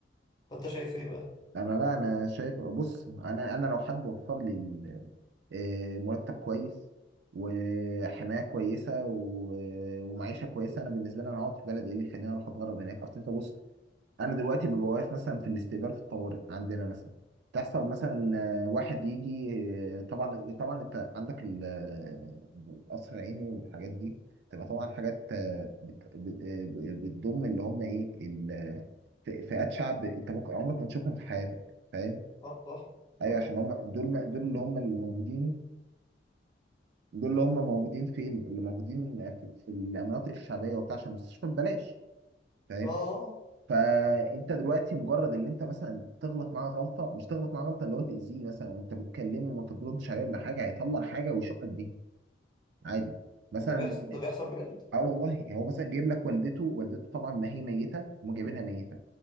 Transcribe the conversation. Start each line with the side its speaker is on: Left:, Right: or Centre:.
Left: فانت شايف ايه بقى؟
Right: انا لا انا شايف بص انا انا لو حد وفر لي ال- آه، مرتب كويس وحمايه كويسه و- ومعيشه كويسه انا بالنسبه لي انا هقعد في بلدي ايه اللي يخليني اروح اتغرب هناك اصل انت بص انا دلوقتي ببقى واقف مثلا في الاستقبال في الطوارئ عندنا مثلا تحصل مثلا آه، واحد يجي آه، طبعا طبعا انت عندك ال- آه، القصر العيني والحاجات دي تبقى طبعا حاجات آه، بت- ب- آه، ب- بتضم اللي هم ايه ال- آه، ف- فئات شعب انت ممكن عمرك ما تشوفهم في حياتك فاهم
Left: اه صح
Right: ايوه
Left: صح
Right: عشان هم دول ما- دول اللي هم الموجودين دول اللي هم موجودين فين اللي موجودين في في المناطق الشعبيه وبتاع عشان المستشفى ببلاش فاهم
Left: اه
Right: فانت دلوقتي مجرد ان انت مثلا تغلط معاه غلطه مش تغلط معاه غلطه اللي هو تاذيه مثلا وانت بتكلمه وما تردش عليه ولا حاجه هيطلع حاجه ويشقك بيها عادي مثلا
Left: آه، ده بيحصل ده بيحصل بجد
Right: اه والله هو مثلا جايب لك والدته والدته طبعا ما هي ميته هم جايبينها ميته